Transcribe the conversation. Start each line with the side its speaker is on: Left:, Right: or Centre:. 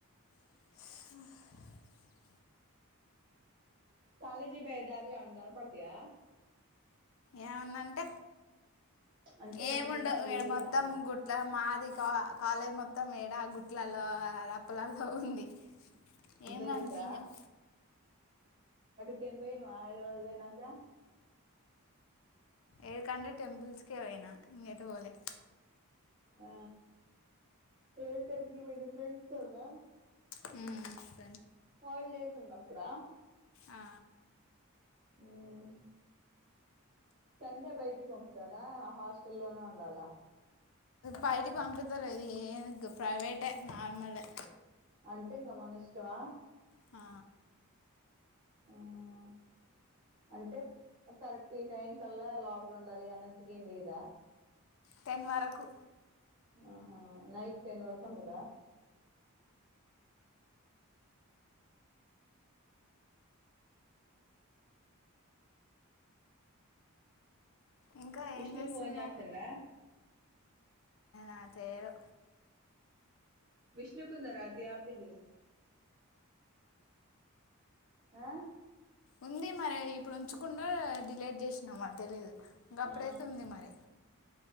Left: ఆ
Right: కాలేజీ బోయదారీల ఏమన్నా గానా పడతయా
Left: ఏమానాన్నంటే
Right: అంటే
Left: ఏ
Right: మంచి
Left: ముండవు
Right: మంచి ప్లేస్లు
Left: ఈడ మొత్తం
Right: ఏమన్నా
Left: గుట్లా మా ది కా కాలే మొత్తం ఈడ గుట్లలో రప్పలలో ఉంది. ఏం
Right: దొరికా
Left: గనిపియవ్
Right: కేన్ పోయినవ్ హైదరాబాద్ పోయి నమ్క
Left: ఏడి కండి టెంపుల్స్కే పోయినా ఇగ ఎటు వోలే
Right: ఆ ఏం టెంపుల్ కు పోయినవ్ ఫ్రెండ్స్తో నా
Left: ఉ
Right: హాలిడేస్ ఉన్నప్ ప్పుడా
Left: ఆ
Right: ఉమ్ సండే బయటికి పంపుతారా ఆ హాస్టల్లోనే ఉండాలా
Left: బైటికి పంపుతరు ఇది ఏది గా ప్రైవేటె నార్మలే
Right: అంటే ఇంగ మన ఇష్టమా
Left: ఆ
Right: ఉమ్ అంటే కరెక్ట్ ఈ టైం కల్లా లోపల ఉండాలి. అన్నట్టుగా ఏం లేదా
Left: టెన్ వరకు
Right: ఆహా నైట్ టెన్ వరకు ఉంటందా
Left: ఇంకా
Right: విష్ణు
Left: ఏం చేస్తున్నావు
Right: ఫోన్ చెత్తుండా
Left: అ చేయడు
Right: విష్ణుకు ఉందారా అయితే యాప్ ఇది అ
Left: ఉంది మరి ఇప్పుడు ఉంచుకుండో డిలేట్ చేసినమో తెలీదు గప్పుడైతే
Right: ఆ
Left: ఉంది మరి